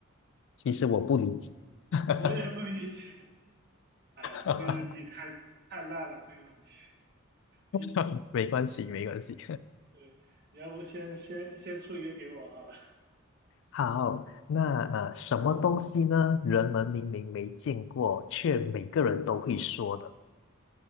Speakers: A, on the left; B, on the right.
A: 其实我不理解。<laughs> 哈
B: 我也不理解。哎呀，
A: 哈
B: 这个问题太太烂了，这个问题。你
A: 哈！没关系，没关系。
B: 对，你要不先先先出一个给我好了。
A: 好，那呃，什么东西呢？人们明明没见过，却每个人都会说的。